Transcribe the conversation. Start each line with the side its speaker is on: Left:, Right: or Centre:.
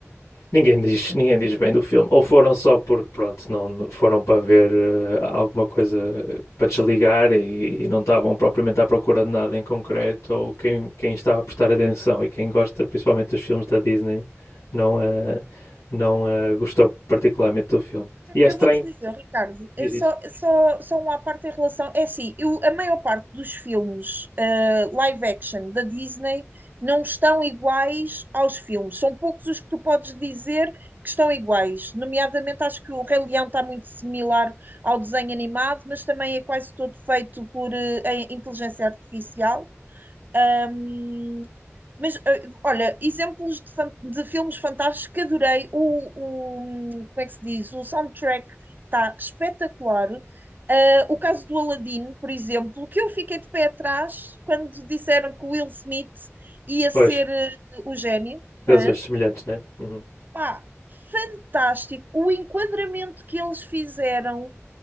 Left: Ninguém diz, ninguém diz bem do filme. Ou foram só porque, pronto, não foram para ver eh, alguma coisa para desligar e, e não estavam propriamente à procura de nada em concreto. Ou quem, quem estava a prestar atenção e quem gosta principalmente dos filmes da Disney não, eh, não eh, gostou particularmente do filme. E é estranho.
Right: eu vou-te dizer, Ricardo, é
Left: Diz,
Right: só,
Left: diz.
Right: é só, só uma parte em relação. É assim, eu, a maior parte dos filmes eh, live action da Disney não estão iguais aos filmes. São poucos os que tu podes dizer que estão iguais. Nomeadamente, acho que o Rei Leão está muito similar ao desenho animado, mas também é quase todo feito por eh, em inteligência artificial. Ahm, mas, eh, olha, exemplos de, fan- de filmes fantásticos que adorei. O, o- como é que se diz? O soundtrack está espetacular. Eh, o caso do Aladdin, por exemplo, que eu fiquei de pé atrás quando disseram que o Will Smith ia ser
Left: Pois,
Right: eh, o gênio.
Left: razões
Right: Hã?
Left: semelhantes, né? Uhum.
Right: Pá, fantástico. O enquadramento que eles fizeram